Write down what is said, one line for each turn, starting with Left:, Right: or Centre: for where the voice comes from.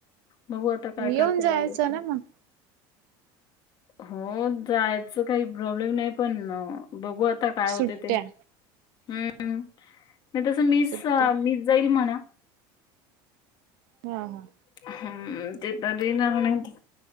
Left: बघू आता काय
Right: येऊन
Left: करते
Right: जायचं
Left: यावेळी
Right: ना मग
Left: हो जायचं काही प्रॉब्लेम नाही पण बघू आता काय होते
Right: सुट्ट्या
Left: ते हम्म नाही तसं मीच
Right: सुट्ट्या
Left: मीच जाईल म्हणा
Right: हा हा
Left: हम्म ते तरी येणार नाहीत.